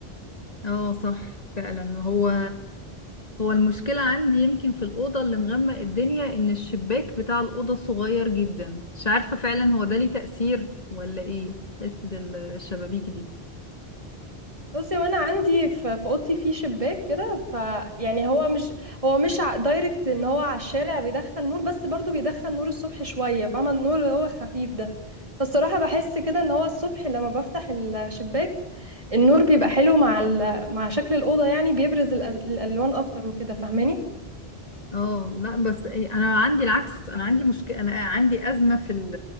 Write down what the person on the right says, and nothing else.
بصي وانا عندي في في اوضتي في شباك كده فيعني هو مش هو مش ع- دايركت ان هو على الشارع بيدخل نور بس برضو بيدخل نور الصبح شويه فاهمه النور اللي هو خفيف ده فالصراحه بحس كده ان هو الصبح لما بفتح الشباك النور بيبقى حلو مع ال... مع شكل الاوضه يعني بيبرز الأز... الالوان اكتر وكده فاهماني